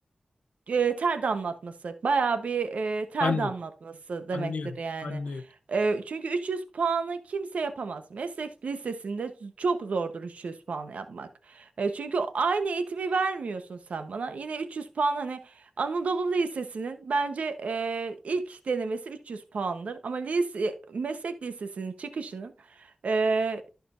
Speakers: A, on the right; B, on the left.
A: e, ter damlatması. Bayağı bir e, ter
B: Anladım.
A: damlatması demektir
B: Anlıyorum.
A: yani.
B: Anlıyorum.
A: E, çünkü 300 puanı kimse yapamaz. Meslek lisesinde çok zordur 300 puanı yapmak. E, çünkü aynı eğitimi vermiyorsun sen bana. Yine 300 puan hani Anadolu Lisesi'nin bence e, ilk denemesi 300 puandır. Ama lise, meslek lisesinin çıkışının e,